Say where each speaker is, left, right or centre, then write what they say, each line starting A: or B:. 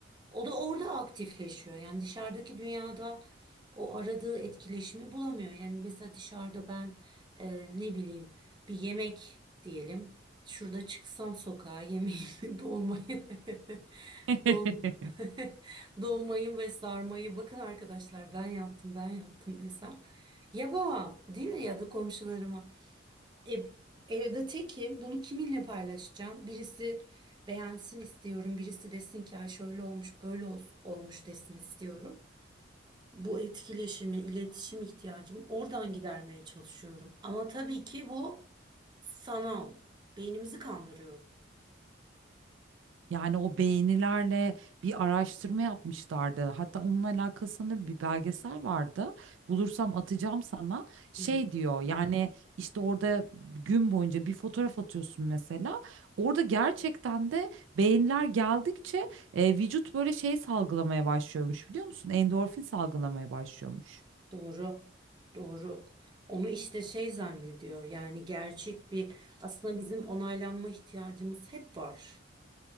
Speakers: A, on the right; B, on the right.
A: O da orada aktifleşiyor. Yani dışarıdaki dünyada o aradığı etkileşimi bulamıyor. Yani mesela dışarıda ben e, ne bileyim bir yemek diyelim. Şurada çıksam sokağa yemeğimi, <laughs> dolmayı, <laughs>
B: <laughs>
A: dolma, <laughs> dolmayı ve sarmayı bakın arkadaşlar ben yaptım ben yaptım desem. ya Yapamam değil mi ya da komşularıma. E, evde tekim bunu kiminle paylaşacağım? Birisi beğensin istiyorum birisi desin ki Ay şöyle olmuş böyle ol- olmuş desin istiyorum bu etkileşimi, iletişim ihtiyacımı oradan gidermeye çalışıyorum. Ama tabii ki bu sanal. Beynimizi kandırıyorum.
B: Yani o beğenilerle bir araştırma yapmışlardı. Hatta onunla alakalı sanırım bir belgesel vardı. Bulursam atacağım sana. Şey
A: Hı hı,
B: diyor yani işte orada gün boyunca bir fotoğraf atıyorsun mesela. Orada gerçekten de beğeniler geldikçe e, vücut böyle şey salgılamaya başlıyormuş biliyor musun? Endorfin salgılamaya başlıyormuş.
A: doğru. Doğru. Onu işte şey zannediyor. Yani gerçek bir aslında bizim onaylanma ihtiyacımız hep var.